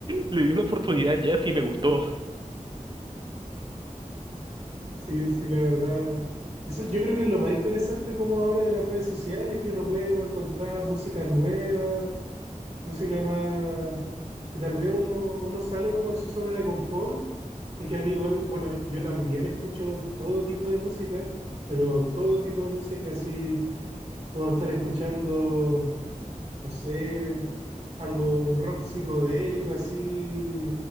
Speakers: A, on the right; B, on the right.
A: le di una oportunidad al jazz y me gustó.
B: Sí, sí, la verdad. Eso yo creo que es lo más interesante como ahora de las redes sociales, que uno puede como encontrar música nueva música más que tal vez uno, uno sale como de su zona de confort, porque a mí igual, bueno, yo también escucho todo tipo de música, pero todo tipo de música, así puedo estar escuchando no sé, algo, un rock psicodélico así,